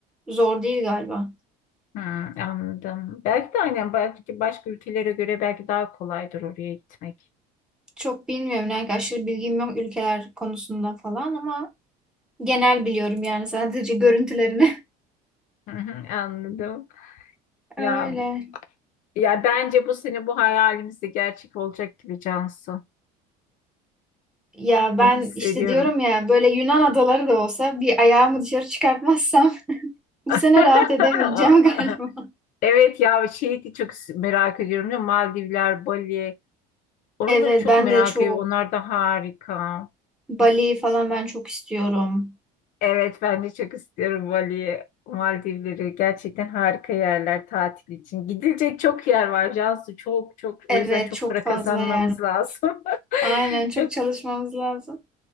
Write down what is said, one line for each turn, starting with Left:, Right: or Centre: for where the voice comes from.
Centre: Zor değil galiba.
Left: Hmm, anladım. Belki de aynen belki başka ülkelere göre belki daha kolaydır oraya gitmek.
Centre: Çok bilmiyorum. Yani aşırı bilgim yok ülkeler konusunda falan ama genel biliyorum yani sadece görüntülerini.
Left: Hı hı, Anladım. Ya
Centre: <laughs> Öyle.
Left: ya bence bu sene bu hayalimiz de gerçek olacak gibi Cansu.
Centre: Ya ben
Left: Ben hissediyorum.
Centre: işte diyorum ya böyle Yunan adaları da olsa bir ayağımı dışarı çıkartmazsam <laughs> bu
Left: <laughs>
Centre: sene rahat edemeyeceğim <laughs> galiba.
Left: Evet ya şeyi de çok merak ediyorum ya Maldivler, Bali. Oraları
Centre: Evet
Left: çok
Centre: ben
Left: merak
Centre: de çok
Left: ediyorum. Onlar da harika.
Centre: Bali falan ben çok istiyorum.
Left: Evet ben de çok istiyorum Bali'yi, Maldivleri. Gerçekten harika yerler tatil için. Gidilecek çok yer var Cansu. Çok çok. O
Centre: Evet
Left: yüzden çok
Centre: çok
Left: para
Centre: fazla
Left: kazanmamız
Centre: yer.
Left: lazım.
Centre: Aynen
Left: <laughs>
Centre: çok
Left: Çok
Centre: çalışmamız lazım.